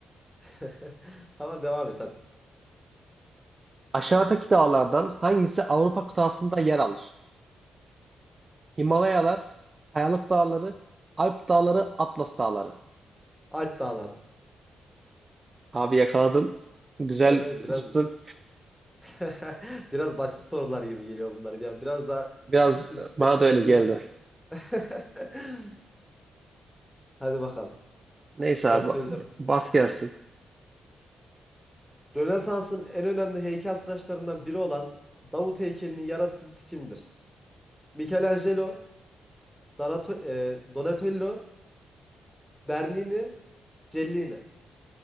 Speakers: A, in the centre; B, on the right (about 35°).
A: <laughs> Tamam devam et hadi.
B: Aşağıdaki dağlardan hangisi Avrupa kıtasında yer alır? Himalayalar, Kayalık Dağları, Alp Dağları, Atlas Dağları.
A: Alp Dağları.
B: Abi yakaladın. Güzel
A: Evet biraz
B: tuttun.
A: <laughs> biraz basit sorular gibi geliyor bunlar. Yani biraz daha
B: Biraz
A: üst segment
B: bana da öyle
A: üst.
B: geldi.
A: <laughs> Hadi bakalım.
B: Neyse abi
A: Ben söylüyorum şimdi.
B: bas gelsin.
A: Rönesans'ın en önemli heykeltıraşlarından biri olan Davut heykelinin yaratıcısı kimdir? Michelangelo, Donato- e, Donatello, Bernini, Cellini.